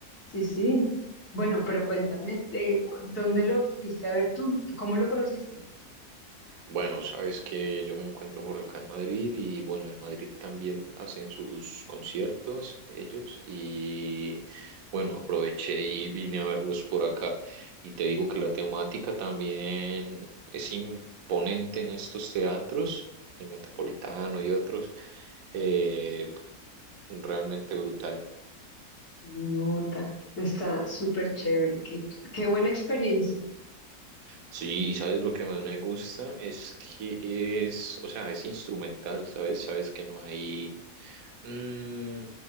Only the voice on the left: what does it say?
Sí, sí. Bueno, pero cuéntame de cu- dónde lo fuiste a ver tú, cómo lo conociste.
Qué nota, está súper chévere, qué, qué buena experiencia.